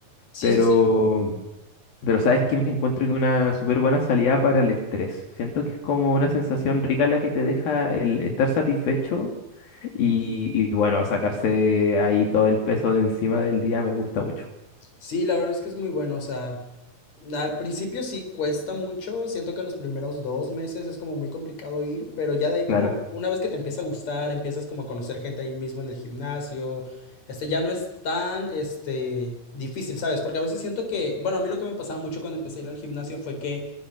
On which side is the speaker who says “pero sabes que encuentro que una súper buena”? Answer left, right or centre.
Left